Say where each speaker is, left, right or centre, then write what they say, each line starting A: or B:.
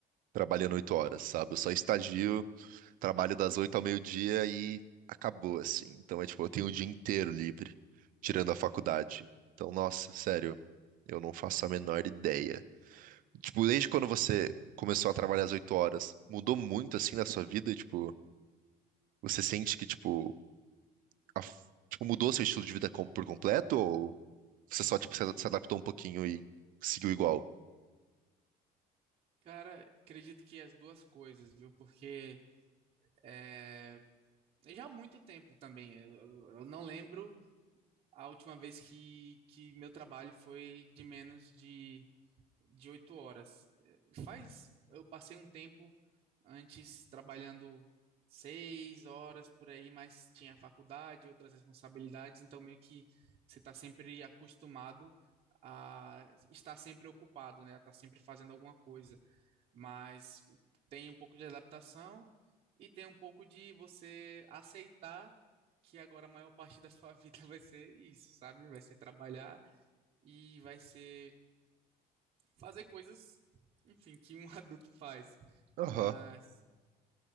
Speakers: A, on the right; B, on the right.
A: trabalhando oito horas, sabe? Eu só estagio Trabalho das oito ao meio-dia e acabou, assim. Então é tipo, eu tenho o dia inteiro livre, tirando a faculdade. Então, nossa, sério, eu não faço a menor ideia. Tipo, desde quando você começou a trabalhar às oito horas, mudou muito assim na sua vida? Tipo, você sente que, tipo, a f- tipo, mudou seu estilo de vida com- por completo? Ou você só, tipo, se a- se adaptou um pouquinho e seguiu igual?
B: Cara, acredito que as duas coisas, viu? Porque é, Já há muito tempo também. Eu, eu- eu não lembro a última vez que, que meu trabalho foi de menos de, de oito horas. Eh, Faz, eu passei um tempo antes trabalhando seis horas por aí, mas tinha faculdade, outras responsabilidades, então meio que você está sempre acostumado a estar sempre ocupado, né? A sempre fazendo alguma coisa. Mas tem um pouco de adaptação e tem um pouco de você aceitar que agora a maior parte da sua <laughs> vida vai ser isso, sabe? Vai ser trabalhar e vai ser fazer coisas, enfim, que um <laughs> adulto faz.
A: Aham,
B: Mas